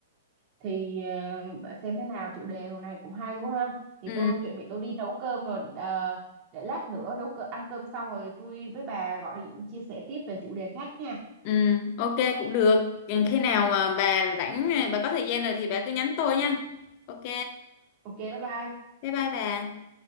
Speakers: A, on the right; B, on the left.
A: thì ờ, bạn xem thế nào chủ đề hôm nay cũng hay quá ha thì
B: ừ,
A: tôi chuẩn bị tôi đi nấu cơm rồi ờ, để lát nữa nấu cơm ăn cơm xong rồi tôi với bà gọi điện chia sẻ tiếp về chủ đề khác nha
B: ừ, ok cũng được Ừ, khi nào mà bà rảnh bà có thời gian rồi thì bà cứ nhắn tôi nha ok
A: ok bye bye
B: bye bye bà